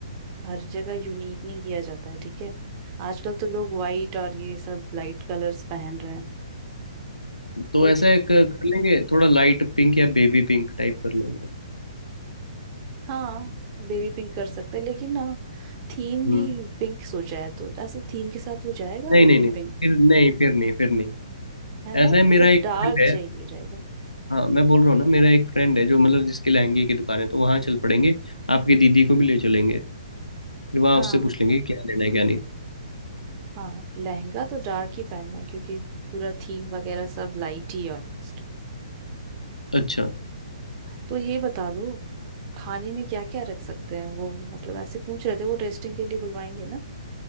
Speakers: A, on the right; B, on the left.
A: हर जगह यूनिक नहीं किया जाता है ठीक है आजकल तो लोग वाइट और ये सब लाइट कलर्स पहन रहे हैं
B: तो
A: तो
B: ऐसा
A: दी-
B: एक कर लेंगे थोड़ा लाइट पिंक या बेबी पिंक टाइप कर लेंगे
A: हाँ बेबी पिंक कर सकते हैं लेकिन ना थीम
B: हम्म
A: भी पिंक सोचा है तो ऐसे थीम के साथ वो जाएगा
B: नहीं
A: बेबी
B: नहीं नहीं
A: पिंक
B: फिर नहीं फिर नहीं फिर नहीं
A: है ना
B: ऐसा है मेरा
A: कुछ
B: एक
A: डार्क
B: फ्रेंड है
A: चाहिए रहेगा
B: हाँ मैं बोल रहा हूँ ना मेरा एक फ्रेंड है जो मतलब जिसके लहंगे की दुकान है तो वहाँ चल पड़ेंगे आपकी दीदी को भी ले चलेंगे फिर वहाँ
A: हाँ
B: उससे पूछ लेंगे कि क्या लेना है क्या नहीं
A: हाँ लहंगा तो डार्क ही पहनना है क्योंकि पूरा थीम वगैरह सब लाइट ही ऑलमोस्ट
B: अच्छा
A: तो ये बता दो खाने में क्या क्या रख सकते हैं वो मतलब ऐसे पूछ रहे थे वो टेस्टिंग के लिए बुलवाएंगे ना